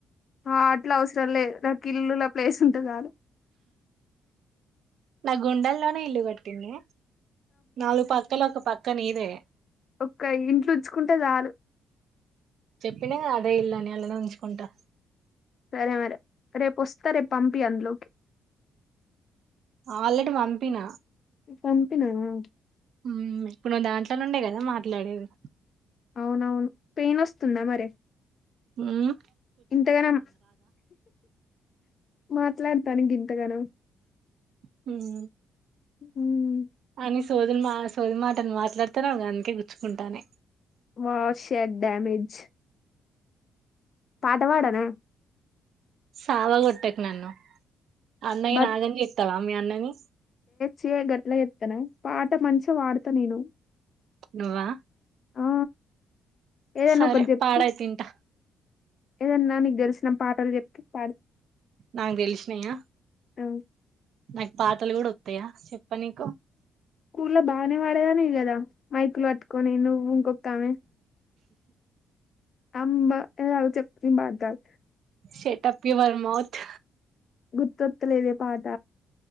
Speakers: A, on the left; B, on the right.
A: ఆ అట్ల చాలే నాకిలులా ప్లేస్ ఉంటె చాలు
B: నా గుండెల్లోనే ఇల్లు కట్టిన్నే నాలుగు పక్కలు ఒక పక్క నీదే
A: ఒక ఇంట్లో ఉంచుకుంటే చాలు
B: పిలగా అదే ఇల్లుని అలానే ఉంచుకుంటా
A: సరే మరి రేపు వస్తా రేపు పంపి అందులోకి
B: ఆల్రెడీ పంపిన
A: పంపినవా
B: ఉమ్ ఇప్పుడు నువ్వు దాంట్లో నుండే కదా మాట్లాడేది
A: అవునవును పెయిన్ వస్తుందా మరి
B: ఉమ్
A: ఇంతగనం మాట్లాడతానికి ఇంతగనో
B: హుమ్
A: హుమ్
B: అన్ని సోదునమా సోదు మా మాటని మాట్లాడతాన్నవు గ అందుకే గుచ్చుకుంటాన్నయి
A: వా షాడ్ డామేజ్ పాట పాడన
B: సావాగొట్టకు నన్ను అన్నయ్య
A: బతుకుతే
B: ఆగం చేతవా మీ అన్నని
A: చే గట్లా పాట మంచిగా పడతా నేను
B: నువ్వా
A: ఆ ఏదన్నా
B: సరే
A: ఒకటి చెప్పు
B: పాడయితె ఇంటా
A: ఏదన్నా నీకు తెలిసిన పాటలు చెప్తే పాడు
B: నాకు తెలిసినయ
A: అ
B: నాకు పాటలు కూడా వత్తాయా చెప్ప నీకు
A: స్కూల్లో బానే పాడేదానివి గదా మైక్లు పట్టుకొని నువు ఇంకోక్కమే అమ్మ ఉ అవి చెప్పుకుని పడతారు
B: షట్ అప్ యువర్ మౌత్
A: గుర్తొత్త లేదే పాట